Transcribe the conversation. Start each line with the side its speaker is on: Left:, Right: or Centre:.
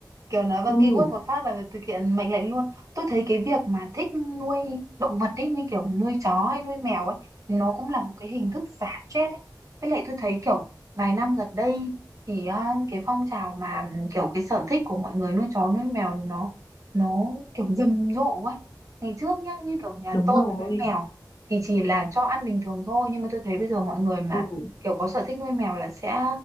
Right: Kiểu nói vào
Left: ừ
Right: keyword một phát là thực hiện mệnh lệnh luôn. Tôi thấy cái việc mà thích nuôi động vật ấy như kiểu nuôi chó hay nuôi mèo ấy nó cũng là một cái hình thức xả stress ấy. Với lại tôi thấy kiểu vài năm gần đây thì à, cái phong trào mà ừ, kiểu cái sở thích của mọi người nuôi chó nuôi mèo nó nó kiểu rầm rộ ấy. Ngày trước nhá như kiểu nhà
Left: đúng
Right: tôi
Left: rồi
Right: mà nuôi mèo thì chỉ là cho ăn bình thường thôi nhưng mà tôi thấy bây giờ mọi người mà
Left: ừ
Right: kiểu có sở thích nuôi mèo là sẽ